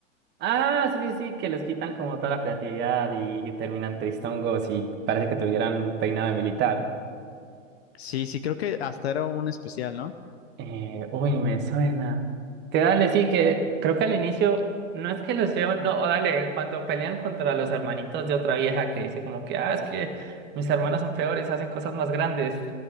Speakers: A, on the right (about 25°); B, on the left (about 55°).
A: Ah, sí, sí, sí, que les quitan como toda la creatividad y, y terminan tristongos y parece que tuvieran peinado de militar.
B: Sí, sí, creo que hasta era un especial, ¿no?
A: Eh, uy, me suena. Que dale, sí, que creo que al inicio no es que los llevan, no, o dale, cuando pelean contra los hermanitos de otra vieja que dice como que, ah, es que mis hermanos son peores, hacen cosas más grandes